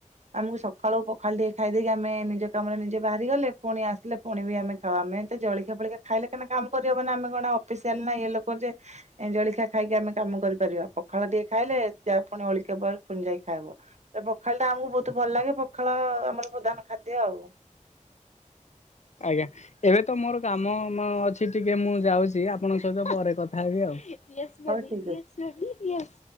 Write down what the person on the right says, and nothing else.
ଆମୁକୁ ସଖାଳୁ ପଖାଳ ଟିକେ ଖାଇଦେଇକି ଆମେ ନିଜ କାମରେ ନିଜେ ବାହାରି ଗଲେ ଫୁଣି ଆସିଲେ ପୁଣି ବି ଆମେ ଖାଉ ଆମେ ଏତେ ଜଳିଖିଆ ଫଳିକିଆ ଖାଇଲେ କେନା କାମ କରିହବନା ଆମେ କଣ ଅଫିସିଆଲ ନା ଇଏ ଲୋକ ଯେ ଜଳଖିଆ ଖାଇକି ଆମେ କାମ କରିପାରିବା ପଖାଳ ଟିକେ ଖାଇଲେ ଜା ପୁଣି ଓଳିକା ପରେ ଫୁଣି ଯାଇକି ଖାଇବୁ ଜା ପ ଖାଳ ଟା ଆମୁକୁ ବହୁତ ଭଲ ଲାଗେ ପଖାଳ ଆମର ପ୍ରଧାନ ଖାଦ୍ୟ ଆଉ।
ହଉ
ଠିକ
ଅଛି।